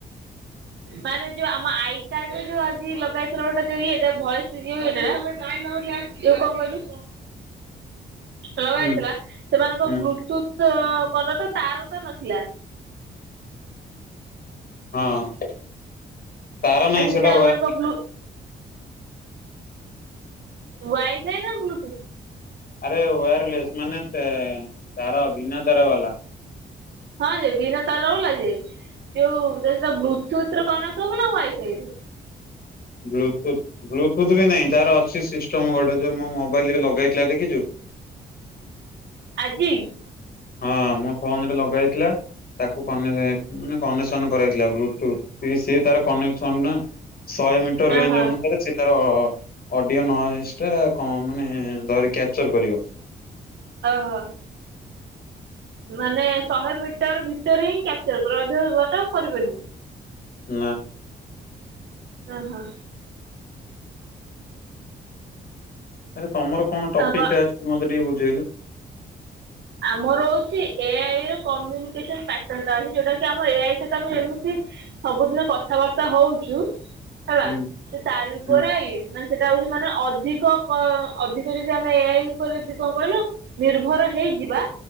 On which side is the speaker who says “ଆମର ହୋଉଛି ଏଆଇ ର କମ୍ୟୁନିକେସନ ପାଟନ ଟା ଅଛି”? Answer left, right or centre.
Right